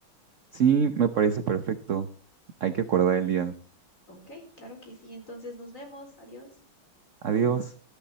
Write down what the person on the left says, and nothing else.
Ok, claro que sí, entonces nos vemos, adiós.